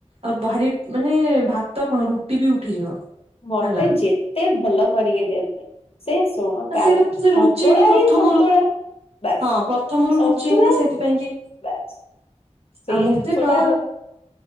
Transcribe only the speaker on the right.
ଆଉ ଭାରି ମାନେ ଭାତ କ'ଣ ରୁଟି ବି ଉଠିଯିବ।
ହେଲା।
ଆ ସେଇଟା ସେ
ରୁଚେନି ପ୍ରଥମରୁ
ହଁ ପ୍ରଥମରୁ
ରୁଚେନି ତ ସେଇଥିପାଇଁ କି
ଆଉ ମତେ
ବ